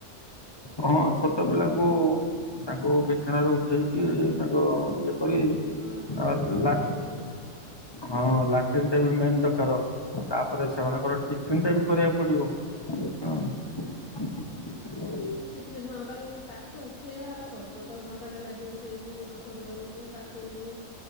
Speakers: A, on the left (about 20°); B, on the left (about 75°).
A: ହଁ ଛୋଟ ପିଲାଙ୍କୁ ତାଙ୍କୁ ବିଛଣାରେ ଉଠେଇକି ତାଙ୍କ ଇଏ କରି
B: ହଁ କରିକି
A: ଆ
B: ଛାଡିଲା
A: ଲା
B: ବେଳକୁ ଡେରି ହେଇଯିବ।
A: ହଁ ଲାଟିନ୍ ଟା ବି ମେନ୍ ଦରକାର ତାପରେ ସେମାନଙ୍କର ଟିଫିନ ଟା ବି କରିବାକୁ ପଡିବ। ଉଁ
B: ଟିଫିିନ ହଁ ତାକୁ ତାକୁ ତ ଉଠେଇବା ହେଲା କଷ୍ଟ ତାକୁ ଘଣ୍ଟାଟେ ଲାଗିବ ଉଠେଇବୁ ଏପଟ ସେପଟ କରିବୁ କାଖ ଖେଇବୁ।